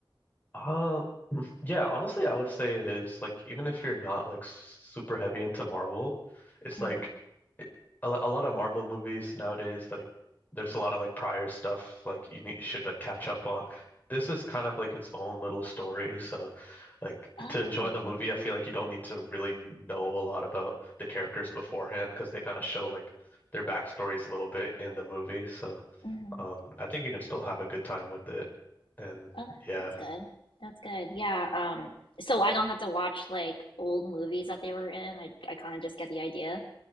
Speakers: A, on the left (about 20°); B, on the left (about 80°).
A: Uh, <laughs> yeah, honestly, I would say it is. Like, even if you're not like super heavy into Marvel, it's
B: Mhm.
A: like it, a, lo- a lot of Marvel movies nowadays, like there's a lot of like prior stuff like you need, should like catch up on. This is kind of like its own little story, so like
B: Oh.
A: to enjoy the movie, I feel like you don't need to really know a lot about the characters beforehand because they kind of show like their backstories a little bit in the movie. So,
B: mm-hmm.
A: um, I think you can still have a good time with it. And
B: Oh, tha-
A: yeah.
B: that's good. That's good. Yeah. Um, so I don't have to watch like old movies that they were in. I I kind of just get the idea.